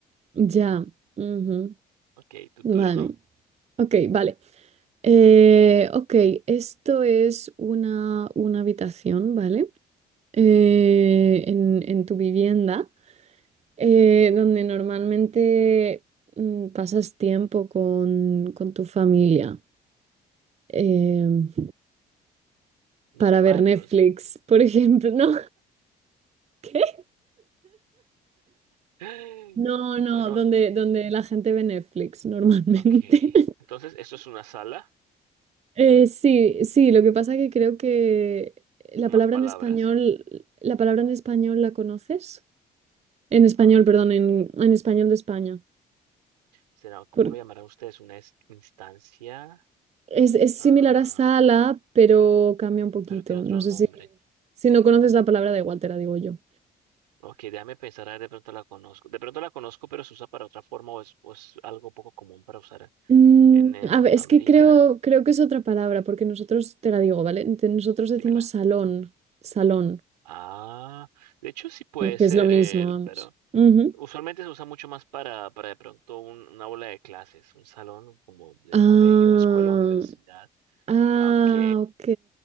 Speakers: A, on the right (about 35°); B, on the right (about 90°).
A: Ya. ujú,
B: Ok, tu
A: Vale.
B: turno.
A: Ok, vale. Eh, ok, esto es una, una habitación, ¿vale? Eh, en, en tu vivienda, eh, donde normalmente mm, pasas tiempo con, con tu familia em,
B: No
A: para
B: es el baño,
A: ver Netflix,
B: ¿sí?
A: por ejemplo, ¿no? <laughs>
B: <gasps>
A: No, no,
B: Bueno,
A: donde, donde la gente ve Netflix normalmente.
B: ok.
A: <laughs>
B: Entonces, esto es una sala,
A: Eh, sí, sí, lo que pasa que creo que la
B: más
A: palabra
B: palabras.
A: en español, la palabra en español la conoces. En español,
B: Ok.
A: perdón, en, en español de España.
B: Será, ¿cómo
A: Por-
B: lo llamarán ustedes? ¿Una es- instancia?
A: es, es
B: Ah,
A: similar a sala, pero cambia un poquito.
B: pero tiene otro
A: No sé
B: nombre.
A: si, si no conoces la palabra, da igual, te la digo yo.
B: Ok, déjame pensar, a ver, de pronto la conozco. De pronto la conozco, pero se usa para otra forma o es, o es algo poco común para usar
A: Mm,
B: En eh,
A: a
B: Latinoamérica,
A: ver, es que creo, creo que es otra palabra, porque nosotros, te la digo, ¿vale? Te- Nosotros
B: dímela.
A: decimos salón, salón.
B: Ah, de hecho sí puede
A: que
B: ser,
A: es lo mismo,
B: eh,
A: vamos.
B: pero
A: Ujú.
B: usualmente se usa mucho más para, para de pronto un- una aula de clases, un salón como del
A: Ah,
B: colegio, la escuela, universidad.
A: ah,
B: Ok.
A: ok.